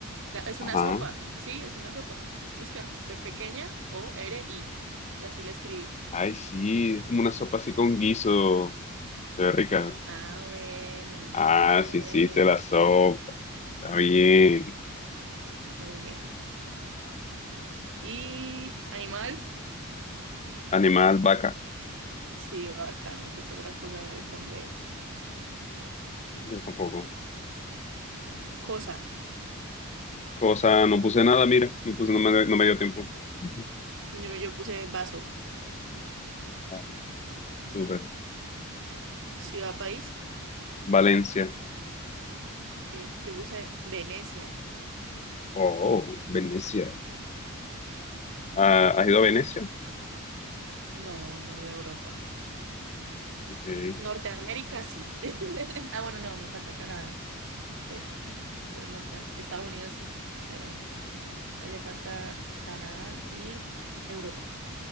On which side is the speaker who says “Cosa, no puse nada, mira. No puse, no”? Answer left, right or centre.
Left